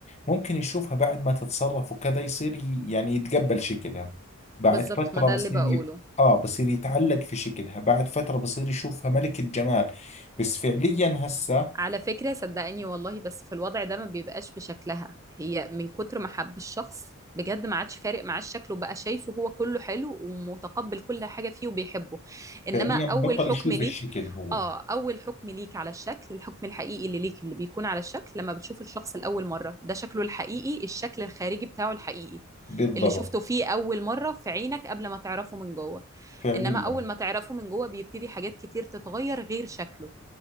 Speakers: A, on the left; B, on the right.
A: ممكن يشوفها بعد ما تتصرف وكذا يصير ي- يعني يتقبل شكلها بعد
B: بالظبط
A: فترة
B: ما ده
A: بصير
B: اللي بقوله
A: ي... آه بصير يتعلق في شكلها بعد فترة بصير يشوفها ملكة جمال بس فعليا هسه
B: على فكرة صدقني والله بس في الوضع ده ما بيبقاش بشكلها هي من كتر ما حب الشخص بجد ما عادش فارق معاه الشكل وبقى شايفه هو كله حلو ومتقبل كل حاجة فيه وبيحبه إنما
A: فعليا
B: أول
A: بطل
B: حكم
A: يشوف
B: ليك
A: الشكل هو
B: آه أول حكم ليك على الشكل الحكم الحقيقي اللي ليك اللي بيكون على الشكل لما بتشوف الشخص لأول مرة ده شكله الحقيقي الشكل الخارجي بتاعه الحقيقي
A: بالضبط
B: اللي شفته فيه أول مرة في عينك قبل ما تعرفه من جوه
A: فعليا
B: إنما أول ما تعرفه من جوه بيبتدي حاجات كتير تتغير غير شكله